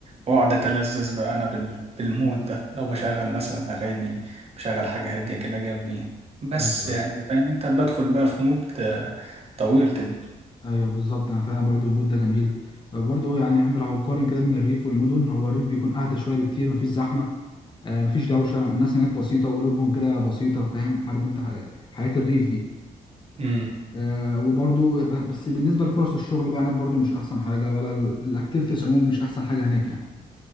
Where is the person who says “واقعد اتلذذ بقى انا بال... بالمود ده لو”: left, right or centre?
Right